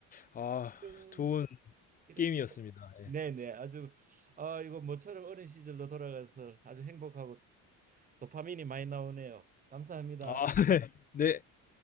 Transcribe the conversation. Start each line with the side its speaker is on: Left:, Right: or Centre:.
Left: 아
Right: 이런
Left: 좋은
Right: 이런
Left: 게임이었습니다. 예.
Right: 네네 아주 아 이거 모처럼 어린 시절로 돌아가서 아주 행복하고 도파민이 많이 나오네요. 감사합니다.
Left: 아 <laughs> 네. 네.